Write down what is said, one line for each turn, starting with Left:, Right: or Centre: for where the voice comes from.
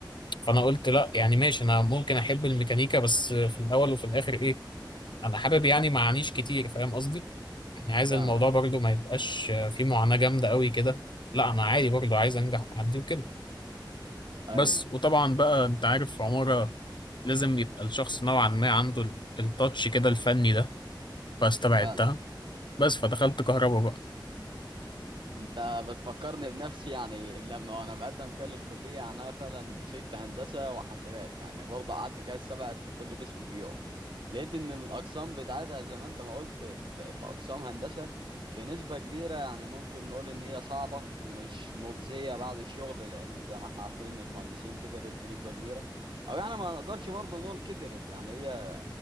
Left: فانا قلت لا يعني ماشي انا ممكن احب الميكانيكا بس في الاول وفي الاخر ايه انا حابب يعني معانيش كتير فاهم قصدي يعني عايز
Right: فاهمك
Left: الموضوع برضو ما يبقاش فيه معاناة جامدة قوي كده لا انا عادي برضو عايز انجح واعدي وكده
Right: ايوه
Left: بس وطبعا بقى انت عارف عمارة لازم يبقى الشخص نوعا ما عنده ال- التاتش كده الفني ده فاستبعدتها
Right: فعلا
Left: بس فدخلت كهربا بقى
Right: انت بتفكرني بنفسي يعني لما وانا بقدم كده للكليه يعني انا فعلا مسكت هندسه وحاسبات يعني برضه قعدت كده سبعت في كل قسم في يوم لقيت ان الاقسام بتاعتها زي ما انت ما قلت في في اقسام هندسه بنسبه كبيره يعني ممكن نقول ان هي صعبه ومش مجزيه بعد الشغل لان زي ما احنا عارفين المهندسين كترت بنسبه كبيره او يعني ما نقدرش برضه نقول كترت يعني هي